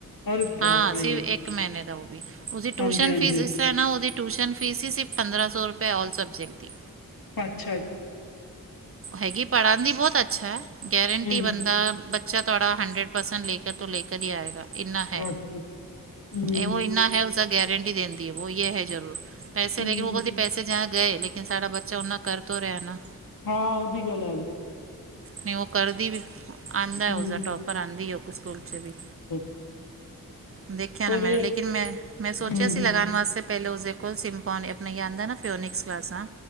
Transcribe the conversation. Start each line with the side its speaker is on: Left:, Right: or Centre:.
Left: ਅਰੇ ਬਾਪ
Right: ਹਾਂ
Left: ਰੇ
Right: ਇੱਕ ਮਹੀਨੇ ਦਾ ਉਹ ਵੀ, ਉਸਦੀ ਟਿਊਸ਼ਨ
Left: ਹਾਂਜੀ ਹਾਂਜੀ
Right: ਫੀਸ ਇਸ ਤਰ੍ਹਾਂ ਨਾ ਉਹਦੀ ਟਿਊਸ਼ਨ ਫੀਸ ਸੀ, ਸਿਰਫ ਪੰਦਰਾਂ ਸੌ ਰੁਪਏ ਆਲ ਸਬਜੈਕਟ ਦੀ
Left: ਅੱਛਾ।
Right: ਹੈਗੀ ਪੜ੍ਹਾਉਣ ਦੀ ਬਹੁਤ ਅੱਛਾ, ਗਰੰਟੀ
Left: ਹੂੰ
Right: ਬੰਦਾ ਬੱਚਾ ਤੁਹਾਡਾ ਹੰਡਰਡ ਪਰਸੈਂਟ ਲੈ ਕਰ ਤੋਂ ਲੈ ਕਰ ਹੀ ਆਏਗਾ। ਇੰਨਾ ਹੈ
Left: ਅੱਛਾ ਹੂੰ
Right: ਇਹ ਉਹੋ ਇੰਨਾ ਹੈ ਉਸਦਾ ਗਰੰਟੀ ਦਿੰਦੀ ਹੈ ਵ ਇਹ ਹੈ ਜ਼ਰੂਰ। ਪੈਸੇ
Left: ਹੂੰ
Right: ਲੇਕਨ ਉਹ ਬੋਲਦੀ ਪੈਸੇ ਜਾਂ ਗਏ ਲੇਕਨ ਸਾਡਾ ਬੱਚਾ ਓਨਾ ਕਰ ਤੋਂ ਰਿਹਾ ਨਾ
Left: ਹਾਂ ਇਹ ਵੀ ਗੱਲ ਐ।
Right: ਨਹੀਂ ਉਹ ਕਰਦੀ ਵੀ, ਆਦਾ
Left: ਹੂੰ
Right: ਉਸਦਾ ਟੋਪਰ ਆਦੀ ਸਕੂਲ ਚ ਵੀ।
Left: <inaudible>
Right: ਦੇਖਿਆ
Left: ਪਰ
Right: ਨਾ ਮੈਂ ਲੇਕਿਨ ਮੈ, ਮੈਂ ਸੋਚਿਆ
Left: ਹੂੰ
Right: ਸੀ ਲਗਾਣ ਵਾਸਤੇ ਪਹਿਲਾਂ ਉਸਦੇ ਕੋਲ ਸਿੰਪੋਨ ਐਪ ਨੀ ਆਦਾ ਨਾ ਫਿਓਨਿਕਸ ਕਲਾਸਾਂ